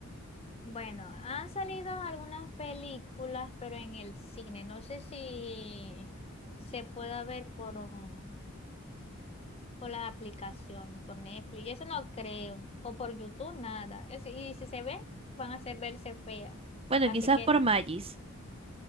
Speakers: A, on the left (about 30°); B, on the right (about 25°).
A: Bueno, han salido algunas películas, pero en el cine. No sé si se pueda ver por, um, por las aplicaciones, por Netflix. Eso no creo. O por YouTube, nada. Es- y si se ve, van a hacer verse feas.
B: Bueno,
A: Así
B: quizás
A: que
B: por Magis.